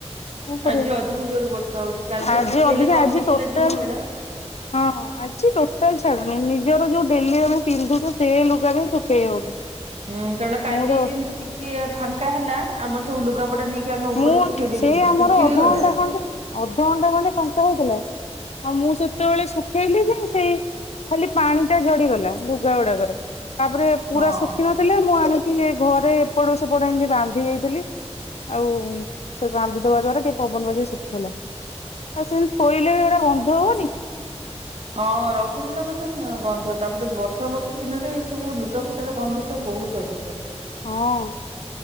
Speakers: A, on the left (about 65°); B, on the right (about 65°).
A: କଣ କରିବ
B: ଆଜି ଅଧିକ ଜୋରରେ ବର୍ଷା ହଉଛି କାଲି ତ
A: ଆଜି
B: ଟିକେ
A: ଅଧିକା
B: ହେଲେ କମିଥିଲା
A: ଆଜି ଟୋଟାଲ
B: ଦିନ ବେଳେ।
A: ହଁ ହଁ ଆଜି ଟୋଟାଲ ଛାଡୁନି ନିଜର ଯୋଉ ଡେଲି ଆମେ ପିନ୍ଧୁଛେ ସେ ଲୁଗା ବି ସୁଖେଇ ହଉନି।
B: ହୁଁ କାରଣ କାଲି
A: ମୁଁ ତ
B: ଯେମିତି ଟିକେ ଫାଙ୍କା ହେଲା ଆମ ସବୁ ଲୁଗାପଟା ନେଇକି ଆମେ ଉପରେ
A: ମୁଁ
B: ଶୁଖେଇ ଦେଇଥିଲୁ
A: ସେ ଆମର
B: ଶୁଖିବି
A: ଅଧଘଣ୍ଟା
B: ଗଲା
A: ଖଣ୍ଡେ ଅଧଘଣ୍ଟା ଖଣ୍ଡେ ଫାଙ୍କା ହେଇଥିଲା ଆଉ ମୁଁ ସେତେବେଳେ ଶୁଖେଇଲି ଯେ ସେ ଖାଲି ପାଣି ଟା ଝଡିଗଲା ଲୁଗା ଗୁଡାକରେ। ତାପରେ ପୁରା
B: ହଁ।
A: ଶୁଖିନଥିଲା ମୁଁ ଆଣିକି ଘରେ ଏପଟ ସେପଟ ଏମିତି ବାନ୍ଧି ଦେଇଥିଲି ଆଉ ସେ ବାନ୍ଧିଦବା ଦ୍ଵାରା ଟିକେ ପବନ ବାଜି ଶୁଖିଗଲା। ଆଉ ସେମିତି ଥୋଇଲେ ବି ଗୋଟେ ଗନ୍ଧ ହବନି
B: ଅଁ ରଖିଦେଲା ମାନେ ଗନ୍ଧ ତାପରେ ବର୍ଷା ବର୍ଷି ଦିନରେ ସବୁ ଲୁଗାପଟାର ଗନ୍ଧ ତ ବହୁତ ଅଧିକ
A: ହଁ।